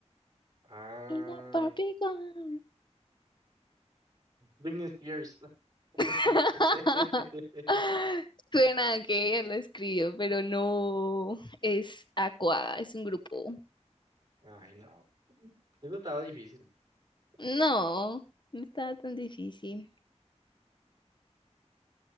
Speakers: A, on the right; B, on the left.
A: Ah,
B: in a Barbie girl.
A: Britney Spears.
B: <laughs>
A: <laughs>
B: Suena que ella lo escribió, pero no es Aqua, es un grupo.
A: Ay, no. Eso estaba difícil.
B: No,
A: Está bien.
B: no estaba tan difícil.